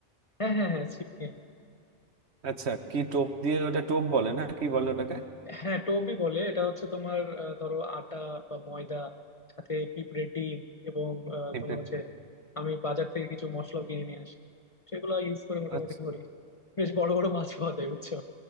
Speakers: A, on the left; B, on the right.
A: হ্যাঁ হ্যাঁ হ্যাঁ ছিপ নিয়ে আনো।
B: আচ্ছা কি টোপ দিয়ে ওটা টোপ বলে না কি বলে ওটাকে
A: হ্যাঁ টোপই বলে এটা হচ্ছে তোমার আহ, ধরো আটা বা ময়দা সাথে পিঁপড়ের ডিম এবং আহ,
B: টিপে-
A: তোমার হচ্ছে আমি বাজার থেকে কিছু মশলা কিনে নিয়ে আসি সেগুলো ইউজ করে মোটামুটি
B: আচ্ছা
A: ধরি বেশ বড় বড় মাছ পাওয়া যায় বুঝছো